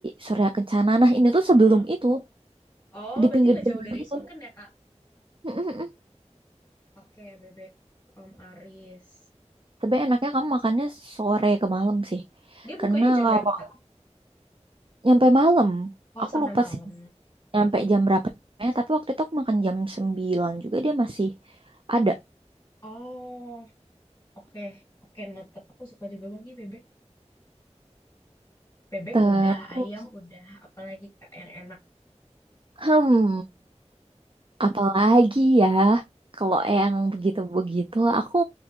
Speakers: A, on the right; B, on the left.
A: Surya Kencana. Nah, ini tuh sebelum
B: Heeh.
A: itu
B: Oh,
A: di
B: berarti
A: pinggir
B: nggak
A: jalan
B: jauh dari
A: itu.
B: Surken ya, Kak?
A: Mm-mm-mm.
B: Oke, bebek Om Aris.
A: Tapi enaknya kamu makannya sore ke malam sih.
B: Dia bukanya
A: Karena
B: jam
A: kalau
B: berapa, Kak?
A: nyampe malam,
B: Oh,
A: aku
B: sampai
A: lupa
B: malam.
A: sih nyampe jam berapa. Tapi waktu itu aku makan jam 9 juga dia masih ada.
B: Oh, oke. Oke, noted. Aku suka juga bagi bebek. Bebek
A: Terus
B: udah, ayam udah, apalagi Kak yang enak.
A: Hmm, apalagi ya kalau yang begitu-begitu aku